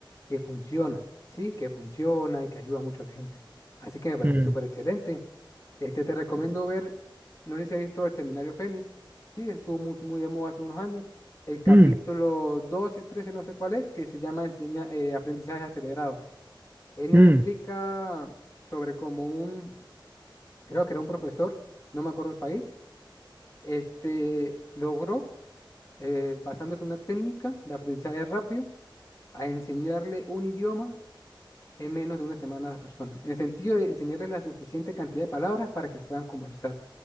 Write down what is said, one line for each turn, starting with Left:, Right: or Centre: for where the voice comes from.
Left: que funciona, sí, que funciona y que ayuda mucho a la gente. Así que me parece
Right: mm,
Left: súper excelente. Este, te recomiendo ver, no sé si has visto el seminario Fénix, sí, estuvo muy, muy de moda hace unos años, el capítulo
Right: mm,
Left: 12 13 no sé cuál es, que se llama enseña, eh, aprendizaje acelerado. En
Right: mm,
Left: él explica sobre cómo un, creo que era un profesor, no me acuerdo el país, este logró, eh, basándose en una técnica de aprendizaje rápido, a enseñarle un idioma en menos de una semana a las personas. En el sentido de enseñarles la suficiente cantidad de palabras para que puedan conversar.